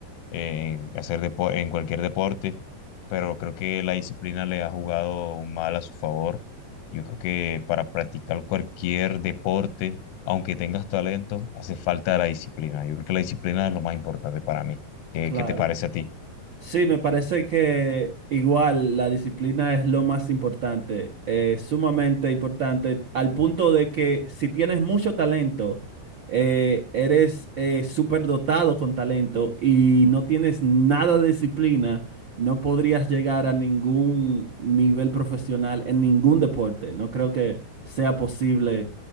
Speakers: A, on the left; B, on the right.
A: en hacer depo- en cualquier deporte, pero creo que la disciplina le ha jugado mal a su favor. Yo creo que para practicar cualquier deporte aunque tengas talento, hace falta la disciplina. Yo creo que la disciplina es lo más importante para mí. ¿Qué,
B: Claro.
A: qué te parece a ti?
B: Sí, me parece que igual la disciplina es lo más importante, eh, sumamente importante, al punto de que si tienes mucho talento, eh, eres eh, superdotado con talento y no tienes nada de disciplina, no podrías llegar a ningún nivel profesional en ningún deporte. No creo que sea posible